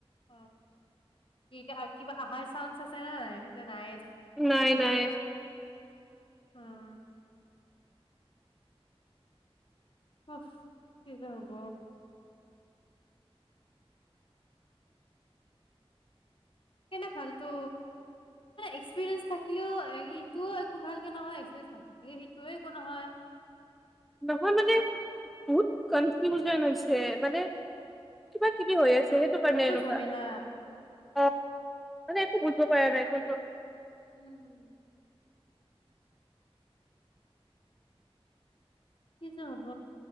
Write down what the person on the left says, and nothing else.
অ এতিয়া কিবা আহাৰ চান্স আছে নাই নাই
আহ অ কি যে হব কেনে ফাল্তু্ এক্সপেন্ঞ্চ থাকিলওটো এই ইটো খুব ভালকে নহয় এক্সপেৰিয়েন্স থাকেলে সেইটোয়ে একো নহয়
মচল
যামেলা
উম উ কি যে হব